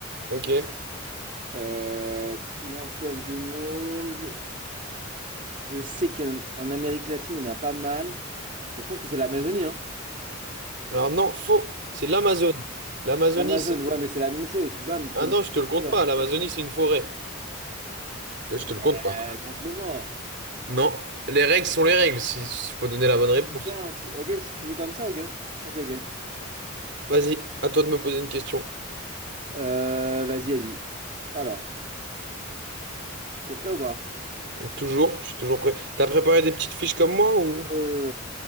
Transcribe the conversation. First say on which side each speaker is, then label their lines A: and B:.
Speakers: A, on the right (about 55°); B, on the right (about 35°).
A: Ok.
B: Euh, plus grand fleuve du monde. Pff, Je sais qu'en en Amérique latine, il y en a pas mal. Mais je pense que c'est l'Amazonie, hein.
A: Alors, non, faux. C'est l'Amazone. L'Amazonie,
B: L'Amazone,
A: c'est.
B: ouais, mais c'est la même chose. Tu, bam, tu
A: Ah
B: peux me
A: non,
B: le
A: je te le compte
B: dire.
A: pas. L'Amazonie, c'est une forêt. Là, je
B: Mais
A: te le compte pas.
B: euh, compte-le-moi.
A: Non, les règles sont les règles, si si- faut donner la bonne réponse.
B: Ok, hein, c'est- ok, si tu joues comme ça, ok. Ok, ok.
A: Vas-y, à toi de me poser une question.
B: Euh, vas-y, vas-y. Alors, t'es prêt ou pas?
A: Toujours, je suis toujours prêt. T'as préparé des petites fiches comme moi ou...
B: Euh,